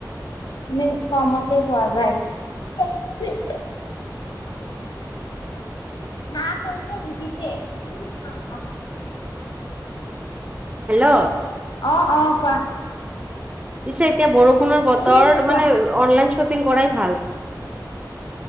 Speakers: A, on the left; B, on the right.
A: এনে কমতে পোৱা যায়। না কৈছে নিসিজে <unintelligible>
B: হেল্ল'।
A: অ', অ', কোৱা।
B: পিছে এতিয়া বৰষুণৰ বতৰ
A: শুনি আছো কোৱা
B: মানে অনলাইন শ্বপিং কৰাই ভাল।